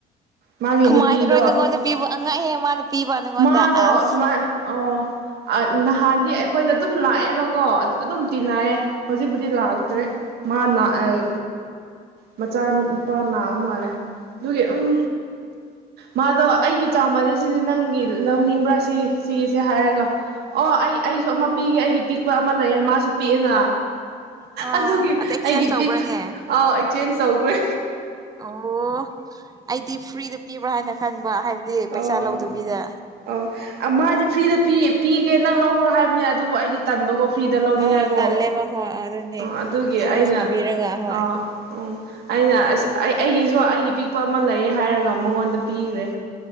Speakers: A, on the right (about 70°); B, on the right (about 20°).
A: ꯃꯥꯒꯤ
B: ꯀꯃꯥꯏꯅꯔꯣꯏ
A: ꯅꯨꯄꯤꯗꯣ
B: ꯅꯪꯉꯣꯟꯗ ꯄꯤꯕ ꯑꯉꯥꯡ ꯑꯍꯦ ꯃꯥꯅ ꯄꯤꯕ ꯅꯪꯉꯣꯟꯗ
A: ꯃꯥꯗꯣ
B: ꯑꯁ
A: ꯁꯨꯃꯥꯏ ꯑꯣ ꯅꯍꯥꯟꯒꯤ ꯑꯩꯈꯣꯏꯗ ꯑꯗꯨꯝ ꯂꯥꯛꯑꯦꯕꯀꯣ ꯑꯗꯨꯝ ꯇꯤ
B: ꯎꯝ
A: ꯅꯥꯏꯌꯦ ꯍꯧꯖꯤꯛꯄ ꯗꯤ ꯂꯥꯛꯇ꯭ꯔꯦ ꯃꯥ ꯅ ꯑꯑ ꯃꯆꯥ ꯅꯨꯄꯥ ꯅꯥꯕ ꯃꯥꯜꯂꯦ ꯑꯗꯨꯒꯤ ꯎꯝ ꯃꯥꯗꯣ ꯑꯩꯒꯤ ꯆꯥꯎꯃꯥꯟꯅꯩꯁꯤꯗꯤ ꯅꯪꯒꯤ ꯂꯧꯅꯤꯡꯕ꯭ꯔꯥ ꯁꯤ ꯁꯤꯁꯦ ꯍꯥꯏꯔꯒ ꯑꯣ ꯑꯩ ꯑꯩꯁꯨ ꯑꯃ ꯄꯤꯒꯦ ꯑꯩꯒꯤ ꯄꯤꯛꯄ ꯑꯃ ꯂꯩꯌꯦ ꯃꯥꯁꯨ ꯄꯤꯛꯑꯦꯅ ꯍ
B: ꯑꯥ
A: ꯑꯗꯨꯒꯤ
B: ꯑꯗ ꯑꯦꯛꯆꯦꯟꯖ
A: ꯑꯩꯒꯤ
B: ꯇꯧꯕ꯭ꯔꯥꯅꯦ
A: ꯄꯤꯛ ꯆꯦꯟꯖ ꯇꯧꯒ꯭ꯔꯦ
B: ꯑꯣ ꯑꯩꯗꯤ ꯐ꯭ꯔꯤꯗ ꯄꯤꯕ꯭ꯔꯥ ꯍꯥꯏꯅ ꯈꯪꯕ ꯍꯥꯏ ꯑꯗꯨꯗꯤ ꯄꯩꯁꯥ
A: ꯑꯣ
B: ꯂꯧꯗꯕꯤꯗ
A: ꯑꯣ ꯃꯥꯗꯤ ꯐ꯭ꯔꯤꯗ ꯄꯤ ꯄꯤꯒꯦ ꯅꯪ ꯂꯧꯈ꯭ꯔꯣ ꯍꯥꯏꯕꯅꯦ ꯑꯗꯨ ꯑꯗꯨꯕꯨ ꯑꯩꯗꯤ ꯇꯟꯕꯒꯣ ꯐ꯭ꯔꯤꯗ ꯂꯧꯅꯤꯡꯉꯥꯏꯀꯣ
B: ꯑꯣ ꯇꯜꯂꯦꯕ ꯍꯣꯏ ꯑꯗꯨꯅꯦ
A: ꯑꯥ ꯑꯗꯨꯒꯤ
B: ꯐꯖꯅ
A: ꯑꯩꯅ
B: ꯁꯥꯕꯤꯔꯒ ꯍꯣꯏ
A: ꯑꯥ ꯎꯝ ꯑꯩꯅ ꯑꯁ ꯑꯩ ꯑꯩꯒꯤꯁꯨ ꯑꯩꯒꯤ ꯄꯤꯛꯄ ꯑꯃ ꯂꯩ ꯍꯥꯏꯔꯒ ꯃꯉꯣꯟꯗ ꯄꯤꯈ꯭ꯔꯦ